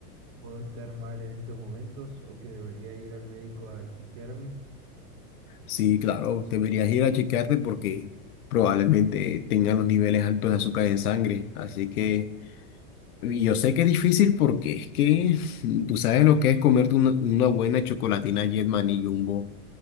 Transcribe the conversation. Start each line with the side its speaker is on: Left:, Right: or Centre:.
Right: puedo estar mal en estos momentos o que debería ir al médico a chequearme?
Left: Sí, claro, deberías ir a chequearte porque probablemente tengan los niveles altos de azúcar en sangre. Así que y yo sé que es difícil porque es que <laughs> tú sabes lo que es comerte una, una buena chocolatina Jetman y Jumbo